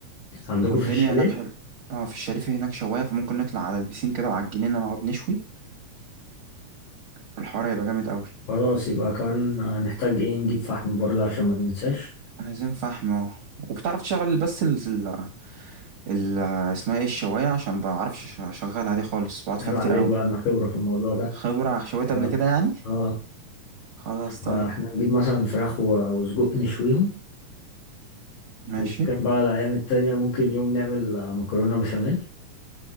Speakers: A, on the left; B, on the right.
A: عندكم
B: والدنيا
A: في الشاليه
B: هناك حلو اه في الشريف هناك شوايه فممكن نطلع على البيسين كده وعلى الجنينه نقعد نشوي فالحوار هيبقى جامد قوي
A: خلاص يبقى كمان هنحتاج ايه نجيب فحم برضه عشان ما ننساش
B: عايزين فحم اه وبتعرف تشغل بس ال ال ال- اسمها ايه الشوايه عشان بعرفش أش- اشغلها دي خالص بقعد
A: عيب
B: فيها
A: عليك
B: كتير قوي
A: بقى انا خبرة في الموضوع ده
B: خبره شويت قبل
A: اه
B: كده يعني
A: اه
B: خلاص طيب
A: فاحنا نجيب مثلا فراخ و- وسجق نشويهم
B: ماشي
A: وممكن بقى الايام التانية ممكن يوم نعمل آه، مكرونة بشاميل